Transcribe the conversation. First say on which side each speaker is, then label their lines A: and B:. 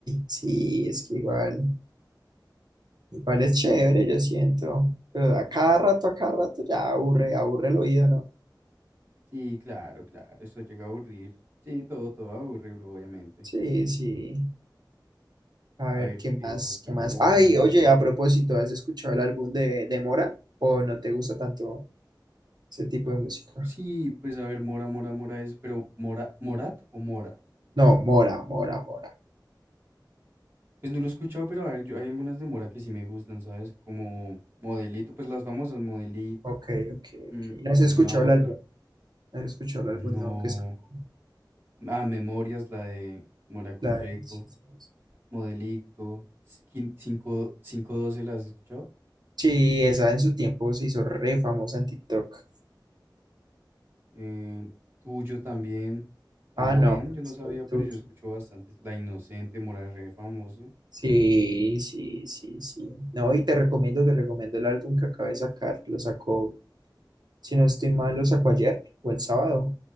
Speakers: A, on the right; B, on the right.
A: sí, es que igual, igual es chévere, yo siento, pero a cada rato, a cada rato ya aburre, aburre el oído, ¿no?
B: Sí, claro, claro, eso llega a aburrir. Sí, todo, todo aburre, bro, obviamente.
A: Sí, sí. A ver,
B: A ver,
A: ¿qué
B: ¿qué
A: más?
B: otro?
A: ¿Qué más? Ay,
B: Mm,
A: oye, a propósito, ¿has escuchado el álbum de, de Mora? ¿O no te gusta tanto ese tipo de música?
B: Sí, pues a ver, Mora, Mora, Mora es, pero Mora, Morat o Mora.
A: No, Mora, Mora, Mora.
B: Pues no lo he escuchado, pero a ver, yo hay algunas de Mora que sí me gustan, ¿sabes? Como Modelito, pues las famosas Modelito.
A: Ok, ok,
B: Mm,
A: ok. ¿No has
B: había
A: escuchado
B: otra.
A: el álbum? ¿No ¿Has escuchado el álbum
B: No.
A: nuevo que sacó?
B: Ah, Memorias, la de Mora con
A: La
B: Jayco.
A: de- Sí, sí, sí.
B: Modelito. 512, ¿las has escuchado?
A: Sí, esa en su tiempo se hizo re famosa en TikTok.
B: eh, tuyo también. No,
A: Ah, no,
B: ven,
A: pues,
B: yo no sabía,
A: lo
B: pero
A: tuyo.
B: yo escucho bastante. La Inocente, Moral re famoso.
A: Sí, sí, sí, sí. No, y te recomiendo, te recomiendo el álbum que acaba de sacar. Lo sacó, si no estoy mal, lo sacó ayer o el sábado,